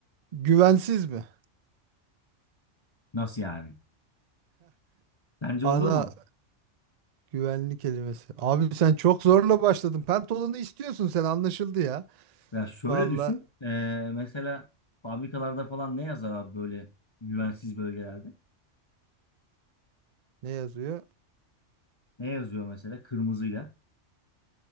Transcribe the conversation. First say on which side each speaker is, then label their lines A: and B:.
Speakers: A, on the right; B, on the left.
A: Güvensiz mi?
B: Nasıl yani? Sence
A: Ana
B: olur mu?
A: güvenli kelimesi. Abi sen çok zorla başladın. Pantolonu istiyorsun sen anlaşıldı ya.
B: Ya şöyle
A: Valla
B: düşün. E, mesela fabrikalarda falan ne yazar abi böyle güvensiz bölgelerde?
A: ne yazıyor?
B: Ne yazıyor mesela kırmızıyla?